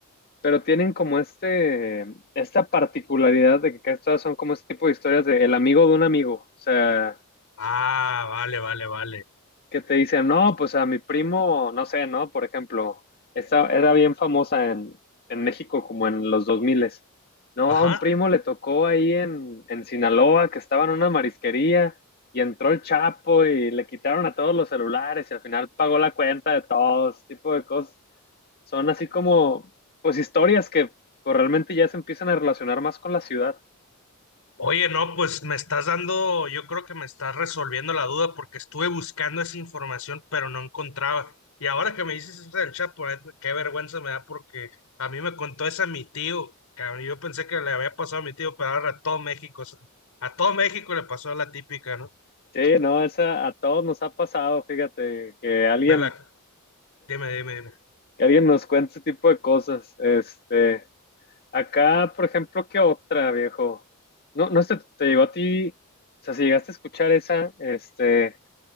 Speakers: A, on the left (about 45°); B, on the left (about 80°).
A: pero tienen como este, esta particularidad de que estas son como este tipo de historias de el amigo de un amigo, o sea,
B: Ah, vale, vale, vale.
A: que te dicen, no, pues a mi primo, no sé, ¿no? Por ejemplo, esta era bien famosa en, en México como en los 2000 No,
B: Ajá.
A: a un primo le tocó ahí en, en Sinaloa que estaba en una marisquería y entró el Chapo y le quitaron a todos los celulares y al final pagó la cuenta de todos, este tipo de cosas. Son así como, pues, historias que pues, realmente ya se empiezan a relacionar más con la ciudad.
B: Oye, no, pues me estás dando, yo creo que me estás resolviendo la duda porque estuve buscando esa información, pero no encontraba. Y ahora que me dices eso del Chapo, la neta, qué vergüenza me da porque a mí me contó esa mi tío, cabrón, y yo pensé que le había pasado a mi tío, pero ahora a todo México, o sea, a todo México le pasó la típica, ¿no?
A: Sí, no, esa a todos nos ha pasado, fíjate, que alguien,
B: Me la, dime, dime, dime.
A: que alguien nos cuente ese tipo de cosas. Este, acá, por ejemplo, ¿qué otra, viejo? No, no sé, te llegó a ti, o sea, si llegaste a escuchar esa, este,